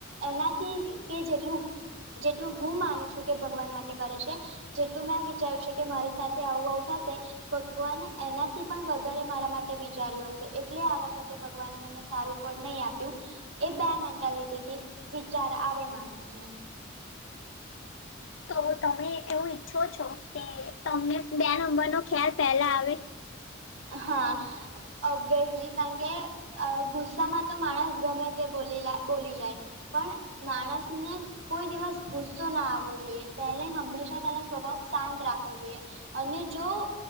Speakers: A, on the right; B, on the left.
A: એનાથી કે જેટલું જેટલું હું માનું છું કે ભગવાન માટે કરે છે જેટલું મેં વિચાર્યું કે વિશે મારી સાથે આવું આવું થશે. ભગવાને એનાથી પણ વધારે મારા માટે વિચાર્યું હશે એટલે આ વખતે ભગવાને મને. સારું ફળ નહીં આપ્યું એ બે મેન્ટાલિટીથી વિચાર આવે માણસને.
B: તો તમે એવું ઈચ્છો છો કે તમને બે નંબરનો ખ્યાલ પહેલા આવે.
A: હા ઓબયસલી કારણ કે અ ગુસ્સામાં તો માણસ ગમે તે બોલી લે બોલી જાય પણ માણસને કોઈ દિવસ ગુસ્સો ના આવવો જોઈએ તેને હંમેશા તેનો સ્વભાવ શાંત રાખવો જોઈએ. અને જો